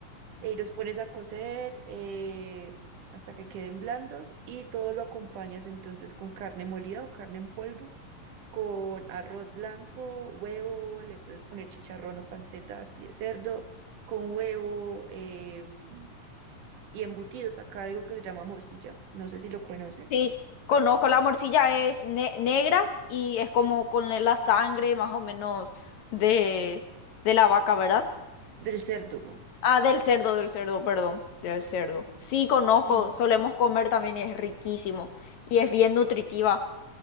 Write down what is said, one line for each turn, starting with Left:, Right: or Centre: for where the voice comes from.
Right: eh, y los pones a cocer eh, hasta que queden blandos y todo lo acompañas entonces con carne molida o carne en polvo, con arroz blanco, huevo, le puedes poner chicharrón o panceta así de cerdo, con huevo em, y embutidos. Acá algo que se llama morcilla, no sé si lo conoces,
Left: Sí, conozco, la morcilla es ne- negra y es como con la sangre más o menos de, de la vaca, ¿verdad?
Right: del cerdo. güey.
Left: Ah, del cerdo, del cerdo, perdón, del cerdo. Sí, conozco,
Right: Sí,
Left: solemos comer también y es riquísimo y es bien nutritiva.